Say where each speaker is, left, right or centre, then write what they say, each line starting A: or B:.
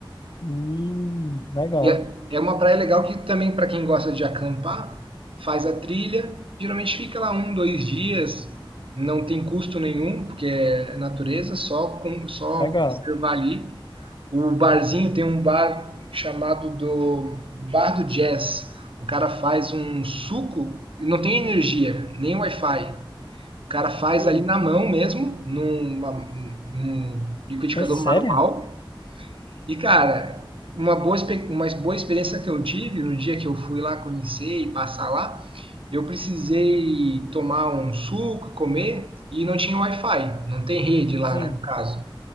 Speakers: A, on the left; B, on the right.
A: Hum, legal,
B: E é, é uma praia legal que também, para quem gosta de acampar, faz a trilha, geralmente fica lá um, dois dias, não tem custo nenhum, porque é natureza, só, com, só
A: legal.
B: conservar ali. O barzinho tem um bar chamado do Bar do Jazz. O cara faz um suco e não tem energia, nem Wi-Fi. O cara faz
A: Hum,
B: ali na mão mesmo, numa- num um liquidificador
A: é sério?
B: manual. E, cara, uma boa, uma boa experiência que eu tive no dia que eu fui lá conhecer e passar lá, eu precisei tomar um suco, comer, e não tinha Wi-Fi. Não tem rede lá,
A: Sim,
B: né, no caso.